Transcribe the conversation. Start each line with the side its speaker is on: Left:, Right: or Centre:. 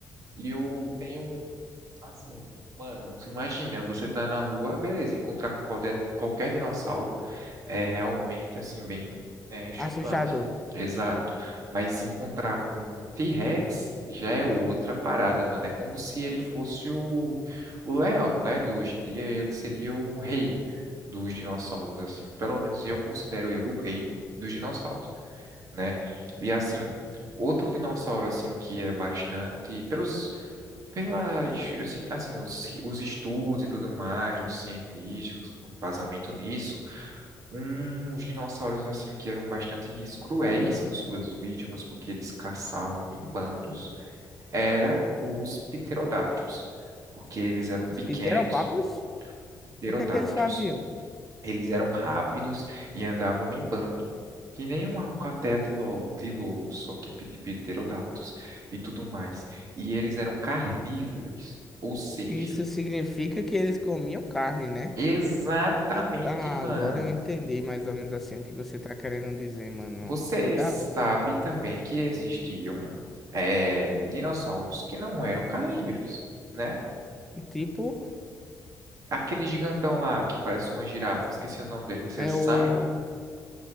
Right: E eu tenho, assim, mano, você imagina, você tá na rua, beleza, encontrar com qualquer, qualquer dinossauro. É realmente assim, bem, né, chocante.
Centre: assustador.
Right: Exato. Mas encontrar com um T-Rex já é outra parada, mano. É como se ele fosse o, o leão, né? De hoje em dia, ele seria o rei dos dinossauros, assim. Pelo menos eu considero ele o rei dos dinossauros, né? E assim, outro dinossauro, assim, que é bastante. Pelos. Pela, assim, assim, os, os estudos e tudo mais, os científicos, com embasamento nisso um, uns dinossauros assim que eram bastante cruéis com suas vítimas porque eles caçavam em bandos, era os pterodáctilos, porque eles eram pequenos,
Centre: Os pideropápios,
Right: pterodáctilos.
Centre: o que é que eles faziam?
Right: Eles eram rápidos e andavam em bando, que nem uma alcateia de lo- de lobo, só que de pterodáctilos e tudo mais. E eles eram carnívoros, ou seja,
Centre: Isso significa que eles comiam carne, né?
Right: exatamente,
Centre: E- Ah,
Right: mano
Centre: agora eu entendi mais ou menos assim o que você tá querendo dizer, mano.
Right: Você
Centre: Que da
Right: sabe
Centre: hora.
Right: também que existiam é, dinossauros que não eram carnívoros, né?
Centre: Tipo,
Right: Aquele gigantão lá que parece uma girafa, esqueci o nome dele, você
Centre: é
Right: sabe?
Centre: o